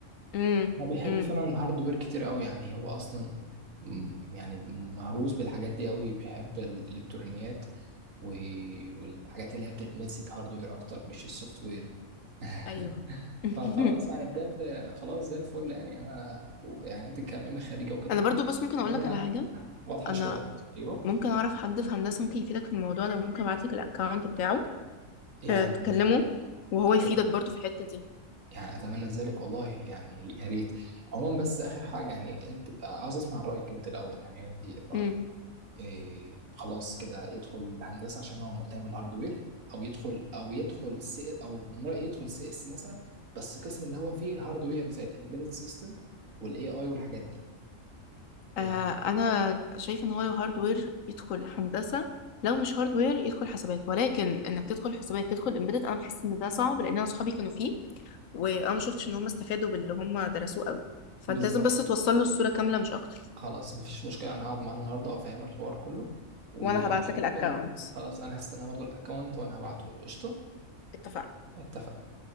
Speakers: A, on the left; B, on the right.
A: امم
B: هو بيحب
A: امم
B: فعلا الهاردوير كتير قوي يعني هو اصلا م- يعني مهووس بالحاجات دي قوي بيحب الالكترونيات و- والحاجات اللي هي بتتمسك هاردوير اكتر مش السوفت وير <laughs>
A: ايوه <laughs>
B: فخلاص يعني بجد خلاص زي الفل يعني انا يعني انت كمان خريجه وكده
A: انا برضو بس ممكن
B: الدنيا
A: اقول لك على حاجه
B: واضحه
A: انا
B: شويه ايوه
A: ممكن اعرف حد في هندسه ممكن يفيدك في الموضوع ده ممكن ابعت لك الاكونت بتاعه
B: يعني
A: آه، تكلمه وهو
B: أت-
A: يفيدك برضو في الحته دي
B: يعني اتمنى ذلك والله يعني يا ريت عموما بس اخر حاجه يعني انت عاوز اسمع رايك انت الاول يعني انت رايك
A: مم.
B: إيه خلاص كده يدخل هندسه عشان هو مهتم بالهاردوير او يدخل او يدخل سي او من رايي يدخل سي اس مثلا بس قسم اللي هو فيه الهاردوير زي الامبيدد سيستم والاي اي والحاجات دي يعني
A: آه، انا شايف ان هو لو هاردوير يدخل هندسه لو مش هاردوير يدخل حسابات ولكن انك تدخل حسابات تدخل امبيدد انا بحس ان ده صعب لان انا اصحابي كانوا فيه وانا ما شفتش ان هم استفادوا باللي هم درسوه قوي فانت
B: بالظبط
A: لازم بس توصل له الصوره كامله مش اكتر
B: خلاص مفيش مشكلة أنا هقعد معاه النهاردة وأفهمه الحوار كله مم. وقشطة
A: وانا هبعت لك
B: ممكن
A: الاكونت
B: خلاص أنا هستنى برضو الأكونت وأنا هبعته له قشطة
A: اتفقنا
B: اتفق